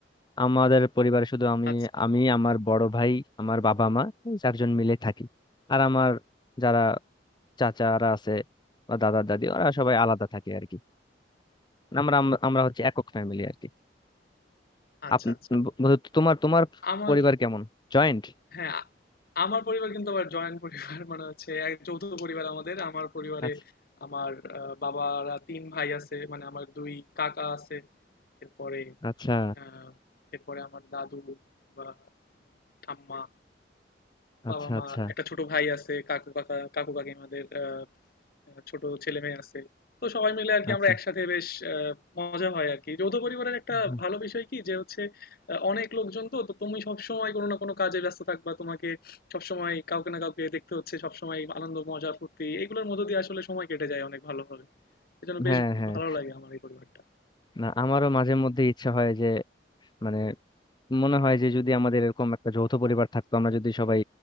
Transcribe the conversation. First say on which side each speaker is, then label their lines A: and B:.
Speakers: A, on the left; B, on the left.
A: আমাদের পরিবারে শুধু আমি
B: আচ্ছা
A: আমি আমার বড় ভাই আমার বাবা মা এই চারজন মিলে থাকি আর আমার যারা চাচারা আছে বা দাদা দাদি ওরা সবাই আলাদা থাকে আর কি আমরা আম- আমরা হচ্ছে একক ফ্যামিলি আর কি
B: আচ্ছা
A: আপ
B: আচ্ছা
A: বন্ধু, তোমার তোমার
B: আমার
A: পরিবার কেমন জয়েন্ট
B: হ্যাঁ আ- আমার পরিবার কিন্তু আবার জয়েন্ট পরিবার মানে হচ্ছে এক যৌথ পরিবার আমাদের আমার পরিবারে
A: আচ্ছা
B: আমার আহ, বাবারা তিন ভাই আছে মানে আমার দুই কাকা আছে এরপরে
A: আচ্ছা
B: আহ, এরপরে আমার দাদু বা ঠাম্মা
A: আচ্ছা
B: বাবা-মা,
A: আচ্ছা
B: একটা ছোট ভাই আছে, কাকু-কাকা, কাকু-কাকিমাদের আ ছোট ছেলেমেয়ে আছে। তো সবাই মিলে আরকি
A: আচ্ছা
B: আমরা একসাথে বেশ আ মজা হয় আরকি। যৌথ পরিবারের একটা
A: হুম।
B: ভালো বিষয় কি যে হচ্ছে আ অনেক লোকজন তো, তো তুমি সবসময় কোনো না কোনো কাজে ব্যস্ত থাকবা। তোমাকে সবসময় কাউকে না কাউকে দেখতে হচ্ছে, সবসময় আনন্দ, মজা, ফুর্তি এগুলোর মধ্য দিয়ে আসলে সময় কেটে যায় অনেক ভালোভাবে। এজন্য বেশ
A: হ্যাঁ হ্যাঁ
B: ভালো লাগে আমার এই পরিবারটা।
A: না আমারও মাঝে মধ্যে ইচ্ছা হয় যে মানে মনে হয় যে যদি আমাদের এরকম একটা যৌথ পরিবার থাকতো আমরা যদি সবাই